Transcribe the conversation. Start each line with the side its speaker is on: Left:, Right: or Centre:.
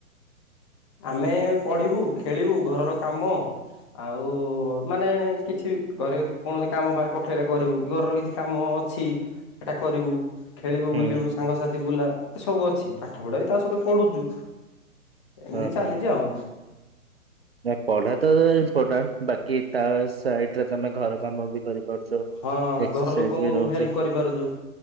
Left: ଆମେ ପଢିବୁ ଖେଳିବୁ ଘରର କାମ ଆଉ ମାନେ କିଛି ଘରେ କୌଣସି କାମ ପାଇଁ ପଠେଇଲେ କରିବୁ କି ଘରର କିଛି କାମ ଅଛି ସେଟା କରିବୁ। ଖେଳିବୁ
Right: ହୁଁ
Left: ବୁଲିବୁ ସାଙ୍ଗସାଥି ବୁଲା ଏ ସବୁ ଅଛି ପାଠ ପଢା ବି ତା ସହିତ ପଢୁଛୁ ଏମିତି
Right: ଓ
Left: ଚାଲିଛି
Right: ହୋ।
Left: ଆଉ
Right: ନା ପଢା ତ ଏବେ ଇମ୍ପୋଟାଣ୍ଟ ବାକି ତା ସାଇଟ୍ ଟ୍ ରେ ତମେ ଘର କାମ ବି କରିପାରୁଛ
Left: ହଁ
Right: ଏକ୍ସରସାଇଜ
Left: ଘର ଲୋକଙ୍କୁ
Right: ବି ରହୁଛି
Left: ହେଲ୍ପ କରିପାରୁଛୁ